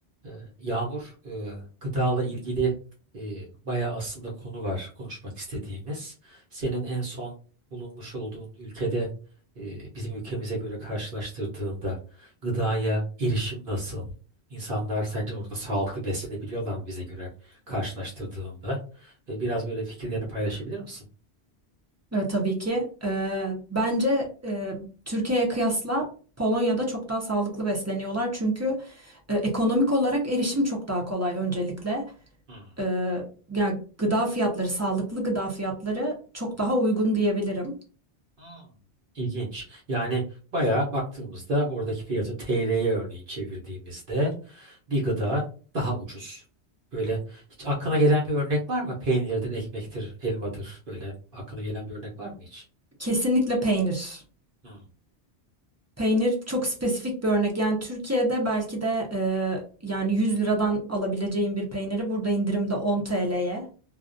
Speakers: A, on the right; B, on the right.
A: Ee, Yağmur, e, gıdala ilgili e, bayağı aslında konu var konuşmak istediğimiz. Senin en son bulunmuş olduğun ülkede e, bizim ülkemize göre karşılaştırdığında gıdaya erişim nasıl? İnsanlar sence orada sağlıklı beslenebiliyorlar mı bize göre karşılaştırdığında? E, biraz böyle fikirlerini paylaşabilir misin?
B: E, tabii ki. E, bence e, Türkiye'ye kıyasla Polonya'da çok daha sağlıklı besleniyorlar. Çünkü e, ekonomik olarak erişim çok daha kolay öncelikle.
A: Hmm.
B: E, yani gıda fiyatları, sağlıklı gıda fiyatları çok daha uygun diyebilirim.
A: Hmm. İlginç. Yani bayağı baktığımızda oradaki fiyatı TL'ye örneğin çevirdiğimizde bir gıda daha ucuz. Böyle hiç aklına gelen bir örnek var mı? Peynirdir, ekmektir, elmadır böyle aklına gelen bir örnek var mı hiç?
B: Kesinlikle peynir.
A: Hmm.
B: Peynir çok spesifik bir örnek. Yani Türkiye'de belki de e, yani 100 liradan alabileceğin bir peyniri burada indirimde 10 TL'ye